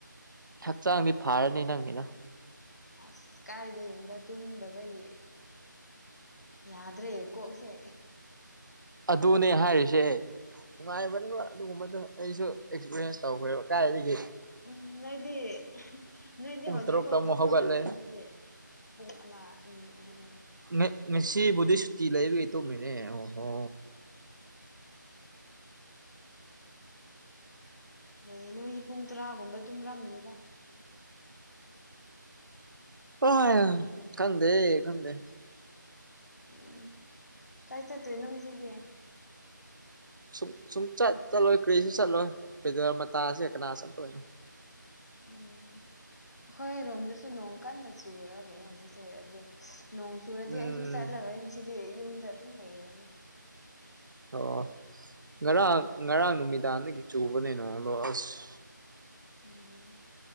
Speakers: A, on the right; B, on the left.
A: ꯍꯛꯆꯥꯡꯗꯤ ꯐꯥꯔꯅꯤ ꯅꯪꯒꯤꯅ
B: ꯑꯁ ꯀꯥꯏꯗꯩꯟꯗ ꯇꯨꯝꯗꯕꯩ ꯌꯥꯗ꯭ꯔꯦ ꯀꯣꯛꯁꯦ
A: ꯑꯗꯨꯅꯦ ꯍꯥꯏꯔꯤꯁꯦ ꯅꯨꯡꯉꯥꯏꯕꯅꯦꯕ ꯑꯗꯨꯒꯨꯝꯕꯗꯣ ꯑꯩꯁꯨ ꯑꯦꯛꯁꯄꯤꯔꯤꯌꯦꯟꯁ ꯇꯧꯒ꯭ꯔꯦꯕ ꯑꯀꯥꯏꯗꯒꯤ
B: ꯎꯝ ꯅꯣꯏꯗꯤ ꯅꯣꯏꯗꯤ
A: ꯄꯨꯡ
B: ꯍꯧꯖꯤꯛ
A: ꯇꯔꯨꯛꯇ
B: ꯐꯥꯎ
A: ꯑꯃꯨꯛ
B: ꯇꯨꯝꯃꯒ
A: ꯍꯧꯒꯠꯂꯦ
B: ꯂꯩꯁꯤꯗꯤ ꯄꯨꯡ ꯑꯃ ꯑꯅꯤ ꯑꯍꯨꯝ
A: ꯃꯦꯛ ꯉꯁꯤꯕꯨꯗꯤ ꯁꯨꯇꯤ ꯂꯩꯕꯒꯤ ꯇꯨꯝꯃꯤꯅꯦ ꯑꯣ ꯍꯣ
B: ꯅꯩꯌꯦ ꯅꯣꯏꯖꯨ ꯄꯨꯡ ꯇꯔꯥꯒꯨꯝꯕ ꯇꯨꯝꯔꯝꯅꯤꯗ
A: ꯑꯣꯍꯥꯏ ꯈꯪꯗꯦ ꯈꯪꯗꯦ
B: ꯎꯝ ꯀꯥꯏ ꯆꯠꯇꯣꯏꯅꯣ ꯉꯁꯤꯗꯤ
A: ꯁꯨꯡ ꯁꯨꯡꯆꯠ ꯆꯠꯂꯣꯏ ꯀꯔꯤꯁꯨ ꯆꯠꯂꯣꯏ ꯄꯦꯗꯔ ꯃꯇꯥꯁꯦ ꯀꯅꯥ ꯆꯠꯇꯣꯏꯅꯣ
B: ꯎꯝ ꯑꯈꯣꯏꯔꯣꯝꯗꯁꯨ ꯅꯣꯡ ꯀꯟꯅ ꯆꯨꯔ ꯂꯩ ꯍꯧꯖꯤꯛꯁꯦ ꯑꯗꯨ ꯅꯣꯡ__ ꯆꯨꯔꯗꯤ
A: ꯎꯝ
B: ꯑꯩꯁꯨ ꯆꯠꯂꯔꯣꯏ ꯉꯁꯤꯗꯤ ꯌꯨꯝꯗ ꯑꯗꯨꯝ ꯂꯩꯔꯅꯤ
A: ꯑꯣ ꯉꯔꯥꯡ ꯉꯔꯥꯡ ꯅꯨꯃꯤꯗꯥꯡꯗꯒꯤ ꯆꯨꯕꯅꯦ ꯅꯣꯡꯂꯣ ꯑꯁ
B: ꯎꯝ